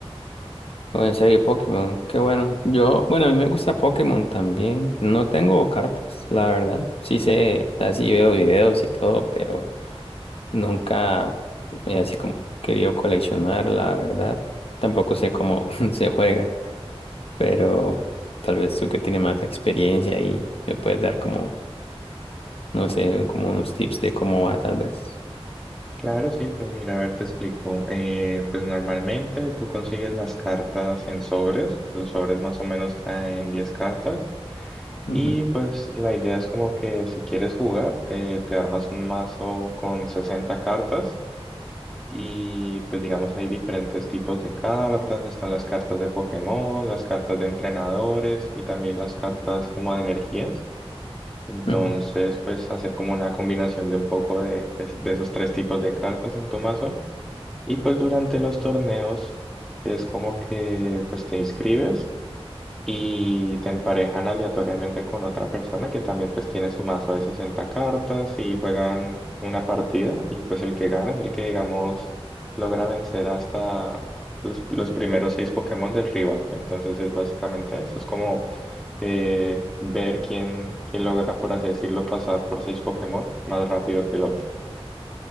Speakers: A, on the left (about 65°); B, in the centre.
A: o en serio Pokémon, qué bueno. Yo, bueno, a mí me gusta Pokémon también, no tengo cartas, la verdad, sí sé, así veo videos y todo, pero nunca he así como querido coleccionar, la verdad, tampoco sé cómo <laughs> se juega, pero tal vez tú que tienes más experiencia ahí me puedes dar como, no sé, como unos tips de cómo va tal vez.
B: Claro, sí, pues mira, a ver, te explico. Eh, pues normalmente tú consigues las cartas en sobres, los sobres más o menos traen 10 cartas
A: Ujú,
B: y pues la idea es como que si quieres jugar, eh, te armas un mazo con 60 cartas y pues digamos hay diferentes tipos de cartas, están las cartas de Pokémon, las cartas de entrenadores y también las cartas como de energías. Entonces,
A: ujú.
B: pues hacer como una combinación de un poco de, de de esos tres tipos de cartas en tu mazo. Y pues durante los torneos es como que pues te inscribes y te emparejan aleatoriamente con otra persona que también pues tiene su mazo de 60 cartas y juegan una partida y pues el que gana es el que digamos logra vencer hasta los, los primeros seis Pokémon del rival. Entonces es básicamente eso, es como eh, ver quién, quién logra por así decirlo pasar por seis Pokémon más rápido que el otro.